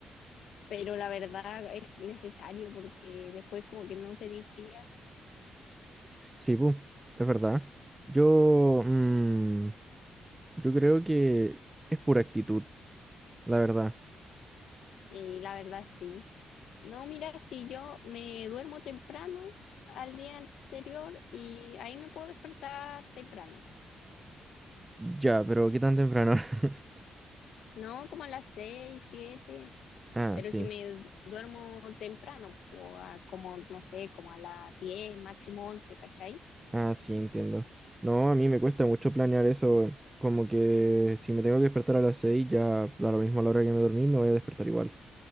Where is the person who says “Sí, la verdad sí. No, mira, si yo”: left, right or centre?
Left